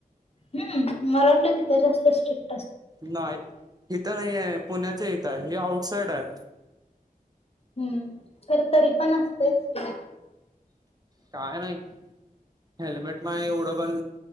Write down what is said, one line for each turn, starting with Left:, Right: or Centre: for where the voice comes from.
Left: हम्म मला वाटल तिथं जास्त स्ट्रिक
Right: नाही इथं नाही आहे पुण्याच इथंय हे आउटसाइड आहे.
Left: हम्म खर तरी पण असतंयच की.
Right: काय नाही. हेल्मेट नाही एवढं पण